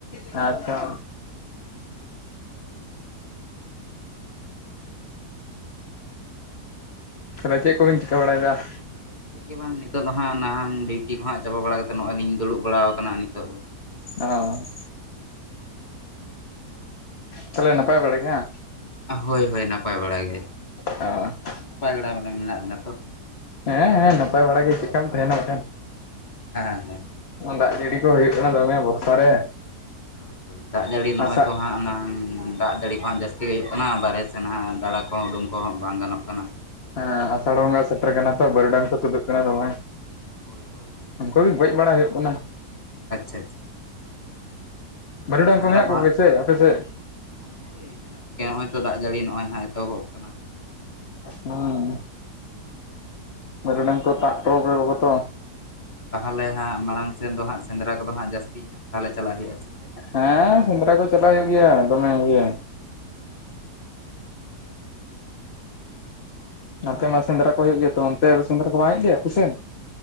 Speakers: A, on the left; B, on the left.
A: ᱦᱮᱸ ᱟᱪᱪᱷᱟ ᱛᱟᱦᱞᱮ ᱪᱮᱫ ᱠᱚ ᱵᱤᱱ ᱪᱤᱠᱟᱹ ᱵᱟᱲᱟᱭ ᱫᱟ
B: ᱪᱮᱫ ᱜᱮ ᱵᱟᱝ ᱱᱤᱛᱚᱜ ᱫᱚ ᱦᱟᱸᱜ ᱱᱟᱦᱽ ᱰᱤᱭᱩᱴᱤ ᱠᱚ ᱦᱟᱸᱜ ᱪᱟᱵᱟ ᱵᱟᱲᱟ ᱠᱟᱛᱮᱫ ᱱᱚᱜᱼᱚᱭ ᱞᱤᱧ ᱫᱩᱲᱩᱵ ᱵᱟᱲᱟ ᱟᱠᱟᱱᱟ ᱱᱤᱛᱚᱜ ᱫᱚ ᱦᱟᱸᱜ
A: ᱚ ᱛᱟᱞᱮ ᱱᱟᱯᱟᱭ ᱵᱟᱲᱟ ᱜᱮ ᱵᱟᱝ
B: ᱦᱳᱭ ᱦᱳᱭ ᱱᱟᱯᱟᱭ ᱵᱟᱲᱟ ᱜᱮ
A: ᱚ
B: ᱟᱵᱤᱱ ᱦᱚᱸ ᱱᱟᱯᱟᱭ ᱵᱟᱲᱟ ᱵᱚᱞᱮ ᱢᱮᱱᱟᱜ ᱵᱮᱱᱟ ᱛᱚ
A: ᱦᱮᱸ ᱦᱮᱸ ᱱᱟᱯᱟᱭ ᱵᱟᱲᱟ ᱜᱮ ᱪᱮᱠᱟᱢ ᱛᱟᱦᱮᱱᱟ ᱵᱟᱠᱷᱟᱱ
B: ᱦᱮᱸ ᱦᱮᱸ
A: ᱫᱟᱜ ᱡᱟᱹᱲᱤ ᱠᱚ ᱦᱩᱭᱩᱜ ᱠᱟᱱᱟ ᱫᱚᱢᱮ ᱵᱚᱨᱥᱟ ᱨᱮ
B: ᱦᱳᱭ ᱦᱳᱭ ᱫᱟᱜ ᱡᱟᱹᱲᱤ ᱱᱚᱜᱼᱚᱭ
A: ᱟᱥᱟᱜ
B: ᱛᱚ ᱦᱟᱸᱜ ᱱᱟᱝ ᱫᱟᱜ ᱡᱟᱹᱲᱤ ᱠᱚ ᱦᱚᱸ ᱡᱟᱹᱥᱛᱤ ᱜᱮ ᱦᱩᱭᱩᱜ ᱠᱟᱱᱟ ᱵᱟᱨᱦᱮ ᱥᱮᱱ ᱦᱚᱸ ᱫᱟᱬᱟ ᱠᱚ ᱦᱚᱸ ᱩᱰᱩᱝ ᱠᱚ ᱦᱚᱸ ᱵᱟᱝ ᱜᱟᱱᱚᱜ ᱠᱟᱱᱟ
A: ᱦᱮᱸ ᱟᱥᱟᱲ ᱵᱚᱸᱜᱟ ᱥᱮᱴᱮᱨ ᱠᱟᱱᱟ ᱛᱚ ᱵᱟᱹᱨᱩᱰᱟᱝ ᱠᱚ ᱛᱩᱫᱩᱜ ᱠᱟᱱᱟ ᱫᱚᱢᱮ
B: ᱦᱳᱭ ᱦᱳᱭ ᱦᱳᱭ
A: ᱠᱩᱡ ᱜᱚᱡ ᱵᱟᱲᱟ ᱦᱩᱭᱩᱜ ᱠᱟᱱᱟ
B: ᱟᱪᱪᱷᱟ ᱟᱪᱪᱷᱟ ᱛᱟᱦᱞᱮ
A: ᱵᱟᱹᱨᱩᱰᱟᱝ
B: ᱥᱮᱸᱫᱽᱨᱟ
A: ᱢᱮᱱᱟᱜ
B: ᱠᱚ
A: ᱠᱚᱜᱮ
B: ᱦᱟᱸᱜ
A: ᱥᱮ ᱟᱯᱮ ᱥᱮᱫ?
B: ᱦᱳᱭ ᱢᱮᱱᱟᱜ ᱠᱚ ᱜᱮᱭᱟ ᱱᱚᱜᱼᱚᱭ ᱛᱚ ᱫᱟᱜ ᱡᱟᱹᱲᱤ ᱱᱚᱜᱼᱚᱭ ᱦᱟᱸᱜ ᱮᱛᱚᱦᱚᱵ ᱠᱟᱱᱟ
A: ᱦᱩᱸ ᱵᱟᱨᱩᱰᱟᱝ ᱠᱚ <unintelligible>
B: ᱛᱟᱦᱚᱞᱮ ᱦᱟᱸᱜ ᱢᱟᱲᱟᱝ ᱥᱮᱱ ᱫᱚ ᱦᱟᱸᱜ ᱥᱮᱸᱫᱽᱨᱟ ᱠᱚ ᱫᱚ ᱦᱟᱸᱜ ᱡᱟ. ᱥᱛᱤ ᱜᱮ ᱦᱟᱸᱜ ᱛᱟᱦᱚᱞᱮ ᱪᱟᱞᱟᱜ ᱦᱩᱭᱩᱜᱼᱟ ᱥᱮ ᱪᱮᱫ
A: ᱦᱮᱸ ᱥᱮᱸᱫᱽᱨᱟ ᱠᱚ ᱪᱟᱞᱟᱜ ᱦᱩᱭᱩᱜ ᱜᱮᱭᱟ ᱫᱚᱢᱮ ᱜᱮ ᱚᱱᱛᱮ ᱢᱟ ᱥᱮᱸᱫᱽᱨᱟ ᱠᱚ ᱦᱩᱭᱩᱜ ᱜᱮᱭᱟ ᱛᱚ ᱚᱱᱛᱮ ᱥᱮᱸᱫᱽᱨᱟ ᱠᱚ ᱵᱟᱝ ᱦᱩᱭᱩᱜ ᱜᱮᱭᱟ ᱟᱯᱮ ᱥᱮᱱ